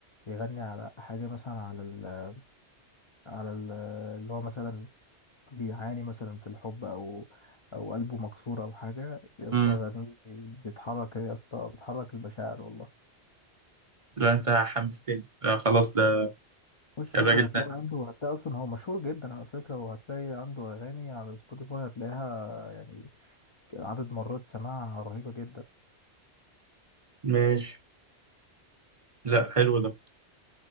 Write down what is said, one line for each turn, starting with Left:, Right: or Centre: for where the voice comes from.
Left: يغني على حاجة مثلا على ال على ال اللي هو مثلا بيعاني مثلا في الحب أو أو قلبه مكسور أو حاجة يا اسطى
Right: عليه
Left: أغانيه بتحرك يا اسطى بتحرك المشاعر والله
Right: لا انت حمستني لا خلاص ده
Left: خش
Right: الراجل
Left: شوفه هتلاقي
Right: ده
Left: عنده هتلاقي أصلا هو مشهور جدا على فكرة وهتلاقي عنده أغاني على سبوتيفاي هتلاقيها يعني عدد مرات سماعها رهيبة جدا
Right: ماشي لا حلو ده